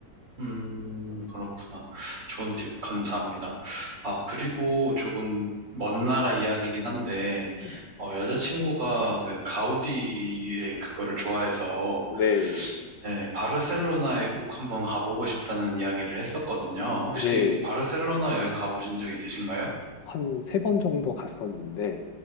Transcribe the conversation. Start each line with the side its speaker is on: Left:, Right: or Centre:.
Right: 음, 그렇구나. 좋은 팁 감사합니다. 아, 그리고 조금 먼 나라 이야기긴 한데,
Left: 네네.
Right: 어, 여자친구가 그 가우디의 그거를 좋아해서,
Left: 네,
Right: 예, 바르셀로나에 꼭 한번 가보고 싶다는 이야기를 했었거든요. 혹시
Left: 예,
Right: 바르셀로나 여행 가보신 적 있으신가요?
Left: 한 세 번 정도 갔었는데